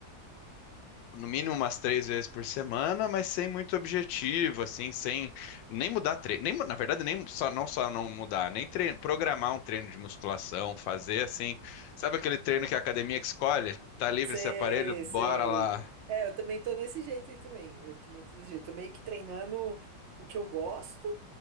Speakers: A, on the left (about 85°); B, on the right (about 70°).
A: no mínimo umas três vezes por semana, mas sem muito objetivo, assim, sem nem mudar treino, nem, mu- na verdade, nem só não só não mudar, nem tre- programar um treino de musculação, fazer assim, sabe aquele treino que a academia que escolhe? Tá livre
B: Sei,
A: esse aparelho? Bora
B: sei.
A: lá.
B: É, eu também tô desse jeito aí também. Eu também tô desse jeito. Tô meio que treinando o que eu gosto,